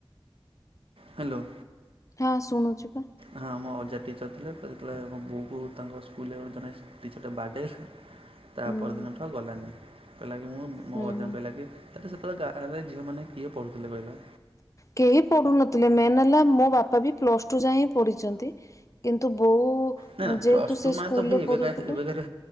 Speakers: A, on the right (about 70°); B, on the left (about 35°).
A: ହ୍ୟାଲୋ।
B: ହଁ ଶୁଣୁଚି ପା।
A: ହଁ ଆମ ଅଜା ଟିଚର୍ ଥିଲେ। ତ ଯେତେବେଳେ ଆମ ବୋଉକୁ ତାଙ୍କ ସ୍କୁଲରେ ଗୋଟେ ଜଣେ ଟିଚରଟା ବାଡେଇଲା। ତା
B: ହୁଁ
A: ପର ଦିନଠୁ ଆଉ ଗଲାନି। କହିଲା କିି ମୁଁ ମୋ
B: ହୁଁ।
A: ଅଜାଙ୍କୁ କହିଲା କି ତାରେ ସେତବେଳେ ଗାଁରେ ଝିଅମାନେ କିଏ ପଢୁଥିଲେ କହିଲ।
B: କେହି ପଢୁନଥିଲେ। ମେନ୍ ହେଲା ମୋ ବାପା ବି ପ୍ଲସ ଟୁ ଯାଏ ହିଁ ପଢିଛନ୍ତି। କିନ୍ତୁ ବୋଉ
A: ନା ନା
B: ଯେହେତୁ
A: ପ୍ଲସ୍ ଟୁ
B: ସେ
A: ମାନେ
B: ସ୍କୁଲରେ
A: ତ ଭାଇ ଏବେକା
B: ପଢୁଥିଲେ।
A: ଏବେକାରେ